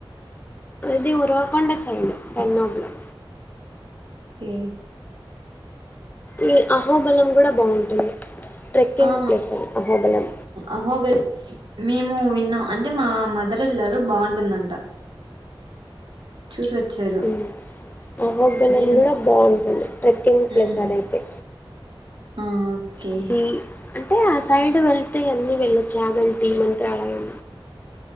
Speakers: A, on the left (about 20°); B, on the right (about 65°).
A: ది ఉరువకొండ సైడ్ పెన్నోబిలం
B: కే
A: ఈ అహోబలం కూడా బాగుంటుంది ట్రెక్కింగ్
B: ఆ
A: ప్లేస్ అది అహోబలం
B: అహోబిల్ మేము విన్నాం అంటే మా మదర్ వెళ్లారు బాగుంటుందంట చూసొచ్చారు
A: హ్మ్ అహోబిలం
B: నేను
A: కూడా బాగుంటుంది ట్రెక్కింగ్ ప్లేస్
B: ఉమ్
A: అదైతే
B: ఆ ఓకే
A: అది అంటే ఆ సైడ్ వెళ్తే అన్నీ వెళ్ళొచ్చు యాగంటి మంత్రాలయం